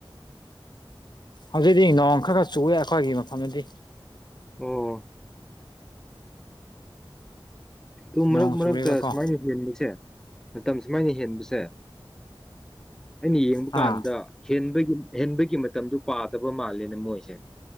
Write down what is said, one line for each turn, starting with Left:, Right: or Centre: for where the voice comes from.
Left: ꯍꯧꯖꯤꯛꯇꯤ ꯅꯣꯡ ꯈꯔ ꯈꯔ ꯆꯨꯞꯑꯦ ꯑꯩꯈꯣꯏꯒꯤ ꯃꯐꯝꯗꯗꯤ
Centre: ꯑꯣ ꯇꯨ ꯃꯔꯛ
Left: ꯅꯣꯡ ꯆꯨꯔꯦꯕꯀꯣ
Centre: ꯃꯔꯛ ꯊꯁꯃꯥꯏ ꯐꯁ ꯃꯇꯝ ꯁꯨꯃꯥꯏꯅ ꯍꯦꯟꯕꯁꯦ ꯑꯩꯅ ꯌꯦꯡꯕ
Left: ꯑꯥ
Centre: ꯀꯥꯟꯗ ꯍꯦꯟꯕꯒꯤ ꯑꯍꯦꯟꯕꯒꯤ ꯃꯇꯝꯗꯨ ꯄꯥꯗꯕ ꯃꯥꯜꯂꯦꯅꯦ ꯃꯣꯏꯁꯦ